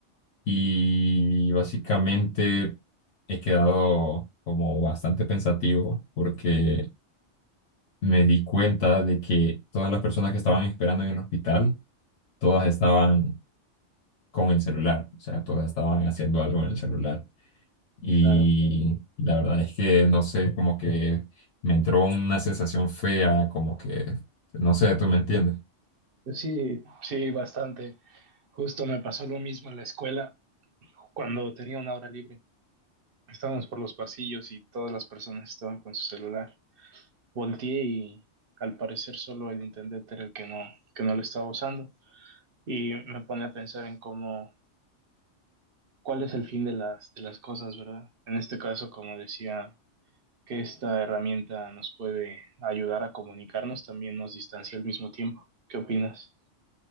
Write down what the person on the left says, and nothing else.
y básicamente he quedado como bastante pensativo porque me di cuenta de que todas las personas que estaban esperando en el hospital, todas estaban con el celular, o sea, todas estaban haciendo algo en el celular. Y
la verdad es que, no sé, como que me entró una sensación fea, como que, no sé, tú me entiendes.